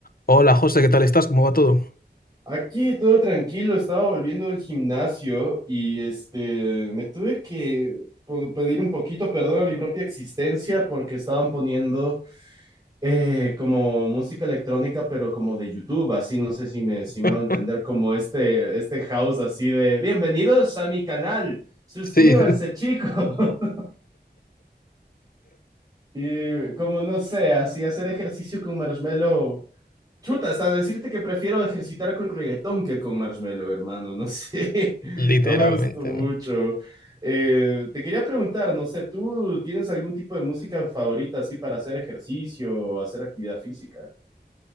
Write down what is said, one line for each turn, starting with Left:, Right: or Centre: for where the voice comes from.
Left: Hola José, ¿qué tal estás? ¿Cómo va todo?
Right: Aquí todo tranquilo, estaba volviendo del gimnasio y este me tuve que po- pedir un poquito perdón a mi propia existencia porque estaban poniendo eh, como música electrónica, pero como de YouTube, así no sé si me, si me hago
Left: <laughs>
Right: entender, como este, este house así de bienvenidos a mi canal, suscríbanse
Left: Sí,
Right: chicos. <laughs> Y como no sé, así hacer ejercicio con Marshmello Chuta, hasta decirte que prefiero ejercitar con reggaetón que con Marshmello, hermano. No sé,
Left: <laughs> literalmente.
Right: <laughs> no me gustó mucho. Eh, te quería preguntar, no sé, ¿tú tienes algún tipo de música favorita así para hacer ejercicio o hacer actividad física?